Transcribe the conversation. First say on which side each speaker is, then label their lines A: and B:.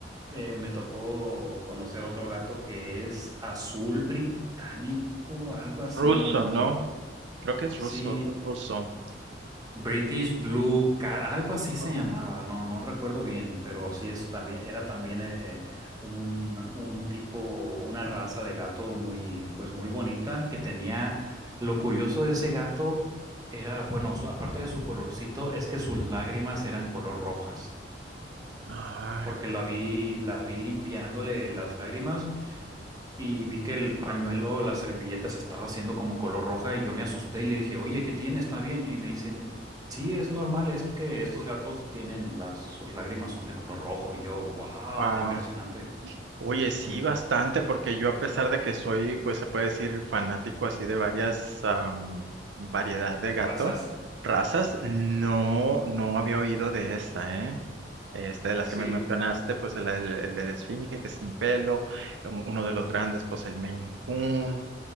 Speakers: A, on the right; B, on the right.
A: eh, me tocó conocer otro gato que es azul británico, algo así,
B: Ruso,
A: no recuerdo.
B: ¿no? Creo que es
A: Sí,
B: ruso, azul ruso.
A: British Blue Cat, algo así se
B: Oh.
A: llamaba, no, no recuerdo bien, pero sí es también, era también eh, un, un tipo, una raza de gato muy, pues muy bonita que tenía, lo curioso de ese gato era, bueno, su- aparte de su colorcito, es que sus lágrimas eran color rojas
B: Ay,
A: porque la vi, la vi limpiándole las lágrimas y vi que el pañuelo, la servilleta se estaba haciendo como color roja y yo me asusté y le dije, oye, ¿qué tiene? ¿Está bien? Y me dicen, sí, es normal, es que estos gatos tienen las, sus lágrimas son de color rojo y yo, wow,
B: wow.
A: qué impresionante.
B: Oye, sí,
A: Se me...
B: bastante, porque yo a pesar de que soy, pues se puede decir, fanático así de varias am, variedad de gato,
A: Razas.
B: razas,
A: Ajá.
B: no, no había oído de esta, ¿eh? Este, de las que
A: Sí,
B: me mencionaste, pues el, del el de la Esfinge, que es sin pelo, un- uno de los grandes, pues el Maine Coon.